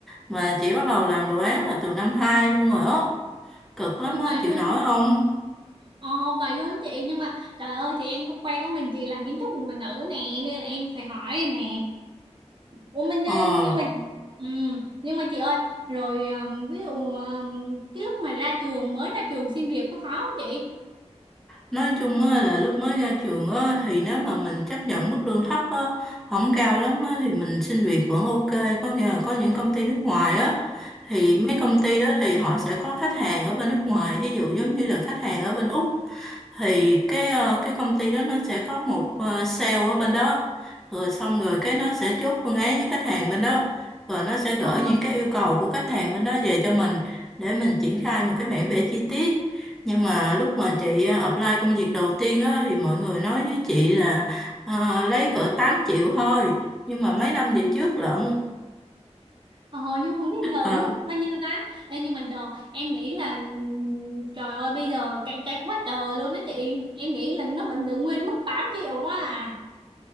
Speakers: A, in the centre; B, on the right (about 45°).
A: Mà chỉ bắt đầu làm đồ án là từ năm 2 luôn rồi á. Cực lắm
B: ui
A: á,
B: vậy
A: chịu
B: luôn.
A: nổi không?
B: Ờ vậy luôn chị nhưng mà trời ơi thì em có quen có mình chị làm kiến trúc mà nữ nè nên là em phải hỏi nè. Ủa mình
A: Ờ
B: nhưng mà ừ, nhưng mà chị ơi rồi um, ví dụ um, cái lúc mà ra trường mới ra trường xin việc có khó không chị?
A: Nói chung á, là lúc mới ra trường á, thì nếu mà mình chấp nhận mức lương thấp á, không cao lắm á, thì mình xin việc vẫn ok. Có nghĩa là có những công ty nước ngoài á, thì
B: Ừ.
A: mấy công ty đó thì họ sẽ có khách hàng ở bên nước ngoài. Thí dụ giống như là khách hàng ở bên Úc thì cái ờ, cái công ty đó nó sẽ có một ờ, sale ở bên đó rồi xong rồi cái nó sẽ chốt phương án với khách hàng bên đó rồi nó sẽ gửi
B: Ờ,
A: những cái yêu cầu của khách hàng bên đó về cho mình để mình triển khai một cái bản vẽ chi tiết nhưng mà lúc mà chị ờ, apply công việc đầu tiên á thì mọi người nói với chị là ờ, lấy cỡ 8 triệu thôi nhưng mà mấy năm về trước lận
B: ờ, nhưng mà không biết giờ
A: ờ,
B: mức bao nhiêu ta Ê, nhưng mà giờ em nghĩ là ừm, trời ơi bây giờ cạnh tranh quá trời luôn đó chị em nghĩ là nó vẫn giữ nguyên mức 8 triệu quá à